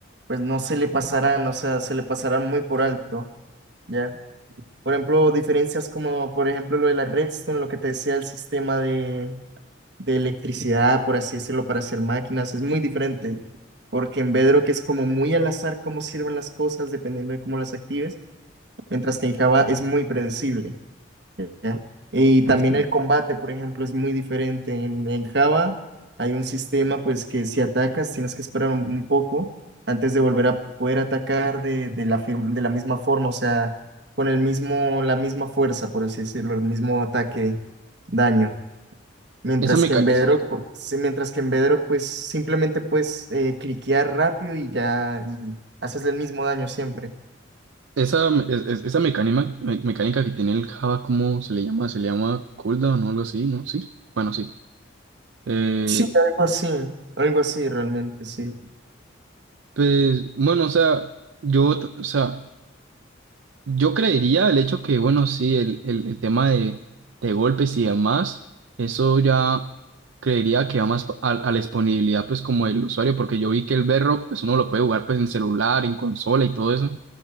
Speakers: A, on the right; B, on the right.
A: pues no se le pasarán, o sea, se le pasarán muy por alto, ¿ya? Por ejemplo, diferencias como, por ejemplo, lo de la redstone, lo que te decía el sistema de de electricidad, por así decirlo, para hacer máquinas, es muy diferente, porque en Bedrock que es como muy al azar cómo sirven las cosas dependiendo de cómo las actives, mientras que en Java es muy predecible, ¿ya? Y también
B: Ujú.
A: el combate, por ejemplo, es muy diferente. En, en Java hay un sistema pues que si atacas tienes que esperar un, un poco antes de volver a poder atacar de, de la, fir- de la misma forma, o sea, con el mismo, la misma fuerza, por así decirlo, el mismo ataque, daño. Mientras
B: esa, meca-
A: que en Bedrock, pu- sí, mientras que en Bedrock, pues simplemente puedes eh, cliquear rápido y ya y haces el mismo daño siempre.
B: esa, me- es- es- esa mecánica, me- mecánica que tiene el Java, ¿cómo se le llama? Se le llama cooldown o algo así, ¿no? Sí. Bueno, sí. Eh,
A: Sí, algo así, algo así realmente, sí.
B: pues, bueno, o sea, yo, t- o sea, Yo creería el hecho que, bueno, sí, el, el, el tema de, de golpes y demás, eso ya creería que va más a, a la disponibilidad, pues, como del usuario, porque yo vi que el Berro, pues, uno lo puede jugar, pues, en celular, en consola y todo eso,